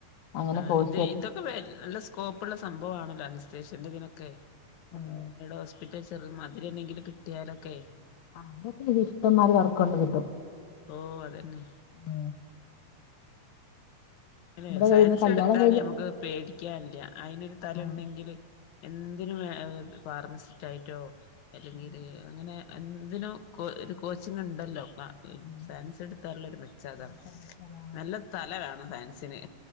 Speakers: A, on the left; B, on the left.
A: അങ്ങനെ
B: ആഹ്
A: കോഴ്
B: ഇത് ഇതൊക്കെ നല്ല സ്കോപ്പള്ള സംഭവണല്ലോ അനസ്തേഷന്റെ ഇതിനൊക്കെടെ
A: ഉം
B: ഹോസ്പിറ്റ മെ ചെറു മതിരി എന്തെങ്കിൽ കിട്ടിയാലൊക്കെ
A: ആ അവിടെൊക്കെ ഇഷ്ടംമാര് വർക്കൊണ്ട് കിട്ടും
B: ഓഹ് അതന്നെ
A: ഉ
B: അല്ലെ സയൻസ്
A: കയ്യിന്ന് കല്യാണം
B: എടുത്താല്
A: കഴിഞ്ഞ്
B: നമുക്ക് പേടിക്കാനില്ല അതിനനൊരു തല
A: ആഹ്
B: ണ്ടെങ്കില് എന്തിനും ഫാർമസിസ്റ്റ് ആയിട്ടോ അല്ലെങ്കിൽ
A: ഉം
B: അങ്ങനെ എന്തിനോ കോ ഒരു കോച്ചിങ് ഉണ്ടല്ലോ
A: ഉം
B: സയൻസ് എടുത്താലുള്ള ഒരു മെച്ചാതാ
A: ആഹ് സയൻസ് അതാ
B: നല്ല തല വേണ സയൻസിന്